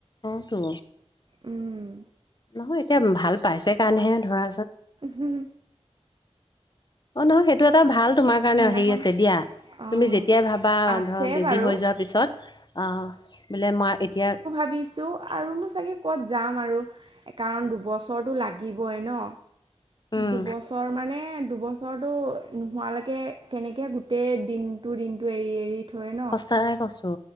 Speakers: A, on the left; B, on the right.
A: অটো
B: উম,
A: নহয় এতিয়া ভাল পাইছে কাৰণেহে ধৰা
B: হম।
A: অ' নহয় সেইটো এটা ভাল তোমাৰ কাৰণে
B: সেইদিনাখন
A: হেৰি আছে দিয়া।
B: অ'
A: তুমি যেতিয়াই ভাবা
B: আছে
A: ধৰা বেবী
B: বাৰু
A: হৈ যোৱাৰ পিছত বোলে মই এতিয়া
B: ভাবিছো আৰু নো চাগে ক'ত যাম আৰু কাৰণ দুবছৰটো লাগিবই ন।
A: উম,
B: দুবছৰ মানে দুবছৰ ওচৰটো নোহোৱালৈকে কেনেকৈ গোটেই দিনটোৰ দিনটো এৰি এৰি থয় ন
A: সস্তাই কৈছো,